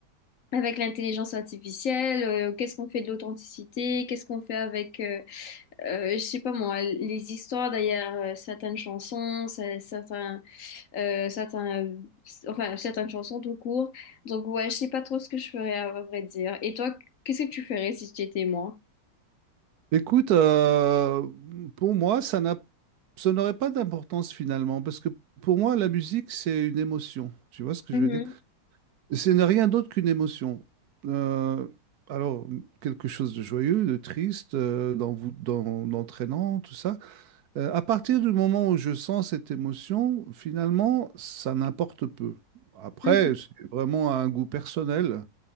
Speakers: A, on the left; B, on the right.
A: avec l'intelligence artificielle, euh, qu'est-ce qu'on fait de l'authenticité, qu'est-ce qu'on fait avec, euh, euh, je sais pas moi, les histoires derrière euh, certaines chansons, ce- certains, euh, certains, euh, enfin certaines chansons tout court. Donc ouais, je sais pas trop ce que je ferais à vrai dire. Et toi, qu'est-ce que tu ferais si tu étais moi?
B: Écoute, euh, pour moi, ça n'a, ça n'aurait pas d'importance finalement, parce que pour moi, la musique, c'est une émotion. Tu vois ce que
A: Mhm.
B: je veux dire? Ce n'est rien d'autre qu'une émotion. Euh, alors, quelque chose de joyeux, de triste, euh, d'envou- d'en- d'entraînant, tout ça. Euh, à partir du moment où je sens cette émotion, finalement, ça n'importe peu. Après,
A: Donc,
B: c'est vraiment un goût personnel.